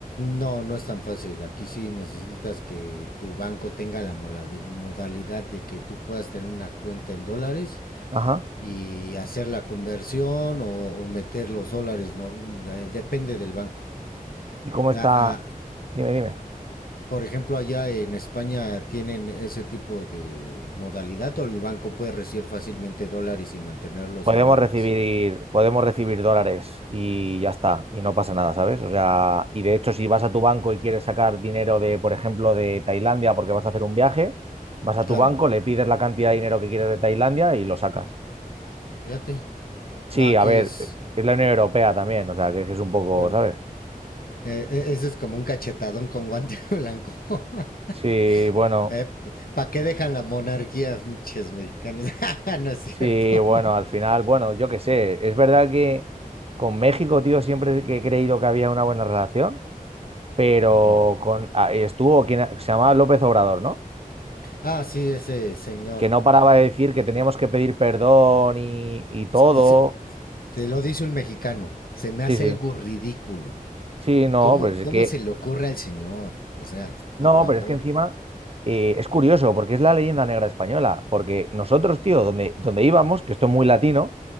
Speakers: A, on the left (about 75°); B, on the right (about 40°).
A: No, no es tan fácil. Aquí sí necesitas que tu banco tenga la moladi- modalidad de que tú puedas tener una cuenta en dólares
B: Ajá.
A: y hacer la conversión o, o meter los dólares. norm- eh, Depende del banco.
B: ¿Y cómo está?
A: Ah, ah,
B: Dime, dime.
A: Por ejemplo, allá en España tienen ese tipo de modalidad o el banco puede recibir fácilmente dólares y mantenerlos
B: Podemos
A: en dólares.
B: recibir, podemos recibir dólares y ya está, y no pasa nada, ¿sabes? O sea, y de hecho, si vas a tu banco y quieres sacar dinero de, por ejemplo, de Tailandia porque vas a hacer un viaje, vas a tu
A: Claro,
B: banco, le pides la cantidad de dinero que quieres de Tailandia y lo sacas.
A: fíjate.
B: Sí,
A: No, aquí
B: a ver,
A: es,
B: es la Unión Europea también, o sea, que es un poco,
A: bueno,
B: ¿sabes?
A: eh, eh, eso es como un cachetadón con guante <laughs> blanco. <laughs>
B: Sí, bueno.
A: ¿Eh? ¿Para qué dejan la monarquía, pinches mexicanos? <laughs> no es cierto.
B: Sí, bueno,
A: <laughs>
B: al final, bueno, yo qué sé, es verdad que con México, tío, siempre que he creído que había una buena relación, pero
A: Ujú.
B: con ah, estuvo quien se llamaba López Obrador, ¿no?
A: ah, sí, ese señor.
B: Que no paraba de decir que teníamos que pedir perdón y, y todo.
A: Dice- te lo dice un mexicano. Se me
B: Sí,
A: hace
B: sí,
A: algo ridículo.
B: sí, no,
A: ¿Cómo,
B: pero es
A: cómo
B: que,
A: se le ocurre al señor? O sea, por
B: no,
A: favor.
B: pero es que encima eh, es curioso, porque es la leyenda negra española, porque nosotros, tío, donde, donde íbamos, que esto es muy latino,